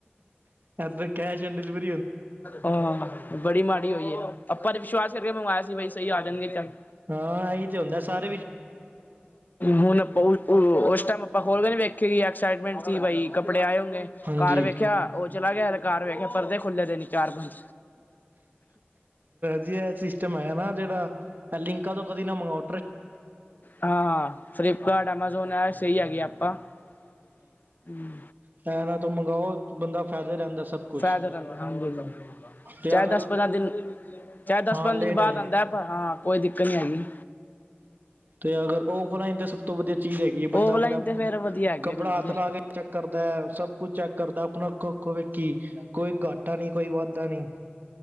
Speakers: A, on the right; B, on the left.
A: ਵ ਕੈਸ਼ ਐਂਡ ਡਿਲੀਵਰ
B: ਆਹ! ਬੜੀ ਮਾੜੀ ਹੋਈ ਐ। ਆਪਾਂ ਤੇ ਵਿਸ਼ਵਾਸ ਕਰਕੇ ਮੰਗਵਾਯਾ ਸੀ ਬਈ ਸਹੀ ਆ ਜਾਨਗੇ ਚੱਲ
A: ਹਾਂ ਐਈ ਤੇ ਹੁੰਦਾ ਸਾਰ
B: ਹੁਣ ਅਪਾਂ ਔ ਔ ਔਸ ਟੇਮ ਆਪਾਂ ਖੋਲ ਕੇ ਨੀ ਵੇਖੇਈ ਸਾਈਟਮੈਂਟ ਸੀ ਬਈ ਕੱਪੜੇ ਆਏ ਹੋਗੇ
A: ਹਾਂਜੀ
B: ਘਰ ਵੇਖਿਆ ਉ ਚਲਾ ਗਆ ਤੇ ਘਰ ਵੇਖਿਆ ਪਰਦੇ ਖੁੱਲੇ ਦੇ ਨੀ ਚਾਰ ਪੰਜ
A: ਜੀ ਇਹ ਸਿਸਟਮ ਹੈ ਨਾ ਜੇੜਾ ਲਿੰਕਾ ਤੋਂ ਕਦੀ ਨਾ ਮੰਗਉ
B: ਹਾਂ-ਹਾਂ ਫਲਿਪਕਾਰਟ, ਐਮਾਜੋਨ ਐ ਸਈ ਹੈਗੀ ਏਪਾਂ ਹੁੰ
A: ਪੈਰਾ ਤੋਂ ਮੰਗਾਓ ਬੰਦਾ ਫ਼ੇਦੇ ਰੇਂਦਾ ਸਭ ਕੁਛ
B: ਫਾਇਦਾ ਰਹਿੰਦਾ ਹਾਂਜੀ
A: ਤੇ
B: ਚਾਹੇ
A: ਅਗਰ
B: ਦਸ ਪੰਦਰਾਂ ਦਿਨ ਚਾਹੇ ਦਸ
A: ਹਾਂ
B: ਪਜੰ
A: ਲੇਟ
B: ਦਿਨ ਬਾਦ
A: ਆ ਜਾਓ
B: ਆਂਦਾ ਏ ਪਰ ਹਾਂ ਕੋਈ ਦਿੱਕਤ ਨੀ ਹੈਗੀ
A: ਤੇ ਅਗਰ ਔਫਲਾਈਨ ਤੇ ਸਭ ਤੋਂ ਵਧੀਆ ਚੀਜ਼ ਹੈਗੀ ਏ ਬੰਦਾ
B: ਔਫਲਾਈਨ
A: ਅਪਨੇ ਆਪ
B: ਤੇ ਫੇਰ ਵਧੀਆ ਹੈਗੀ
A: ਕੱਪੜਾ
B: ਆ ਬਿਲਕੁਲ
A: ਹੱਥ ਲਾ ਕੇ ਚੈੱਕ ਕਰਦਾ ਏ ਸਭ ਕੁਛ ਚੈੱਕ ਕਰਦਾ ਆਪਣਾ ਅੱਖੋਂ ਵੇਖੀ ਕੋਈ ਘਾਟਾ ਨਹੀਂ ਕੋਈ ਵਾਧਾ ਨਹੀਂ